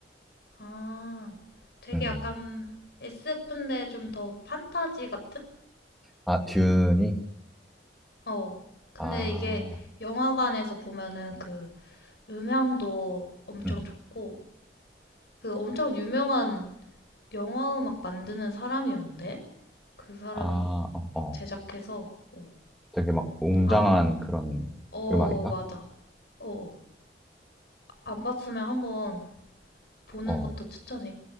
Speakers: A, on the left; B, in the centre.
A: 아, 되게
B: 음.
A: 약간 SF인데 좀 더 판타지 같은?
B: 아, 듄이?
A: 어. 근데
B: 아,
A: 이게 영화관에서 보면은 그 음향도 엄청
B: 응.
A: 좋고, 그 엄청 유명한 영화 음악 만드는 사람이었는데? 그 사람이
B: 아, 어, 어.
A: 제작해서, 어,
B: 되게 막 웅장한
A: 안,
B: 그런
A: 어,
B: 음악인가?
A: 맞아. 어, 어. 안 봤으면 한번 보는
B: 어.
A: 것도 추천해.